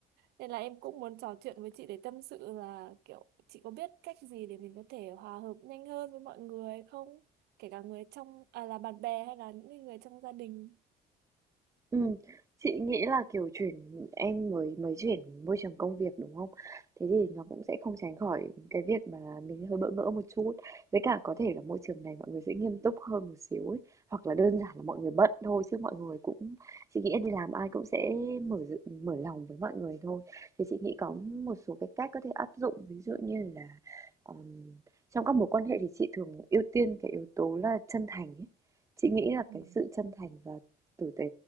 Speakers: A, on the right (about 75°); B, on the right (about 20°).
A: nên là em cũng muốn trò chuyện với chị để tâm sự là kiểu chị có biết cách gì để mình có thể hòa hợp nhanh hơn với mọi người không kể cả người trong à, là bạn bè hay là những cái người trong gia đình
B: Ừm, chị nghĩ là, kiểu, chuyển em mới mới chuyển môi trường công việc, đúng không? Thế thì nó cũng sẽ không tránh khỏi cái việc mà mình hơi bỡ ngỡ một chút. Với cả có thể là môi trường này mọi người sẽ nghiêm túc hơn một xíu ấy, hoặc là đơn giản là mọi người bận thôi chứ mọi người cũng chị nghĩ đi làm ai cũng sẽ mở d mở lòng với mọi người thôi. Thì chị nghĩ có một số cái cách có thể áp dụng, ví dụ như là, ờm, trong các mối quan hệ thì chị thường ưu tiên cái yếu tố là chân thành ấy. Chị nghĩ là
A: Ừ.
B: cái sự chân thành và tử tế,